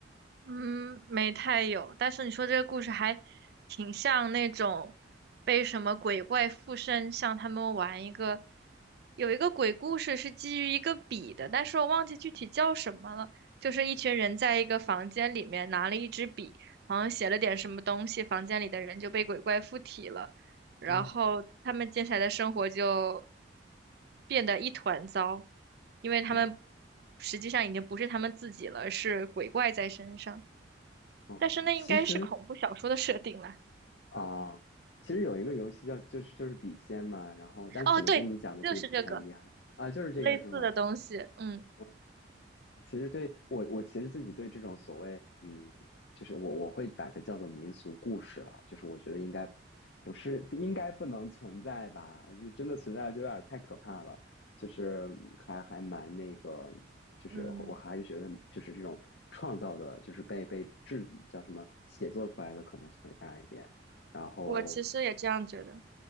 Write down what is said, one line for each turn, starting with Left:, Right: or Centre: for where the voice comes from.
Right: 嗯，没太有，但是你说这个故事还挺像那种被什么鬼怪附身，像他们玩一个，有一个鬼故事是基于一个笔的，但是我忘记具体叫什么了。就是一群人在一个房间里面拿了一支笔，好像写了点什么东西，房间里的人就被鬼怪附体了。然后他们接下来的生活就
Left: 哦，
Right: 变得一团糟，因为他们
Left: 哦，
Right: 实际上已经不是他们自己了，是鬼怪在身上。
Left: 哦，
Right: 但是那应该是恐怖小说的设定啦。
Left: 其实啊，其实有一个游戏叫就是就是笔仙嘛，然后但可能跟你讲的这个不太一样啊，
Right: 哦，对，就是这个
Left: 就是这个是吗？
Right: 类似的东西。嗯
Left: 嗯其实对我，我其实自己对这种所谓，嗯，就是我我会把它叫做民俗故事了，就是我觉得应该不是应该不能存在吧，你真的存在了就有点太可怕了，就是还还蛮那个，就是我还是觉得就是这种创造的，
Right: 嗯，
Left: 就是被被制叫什么写作出来的可能性会大一点，然后。
Right: 我其实也这样觉得。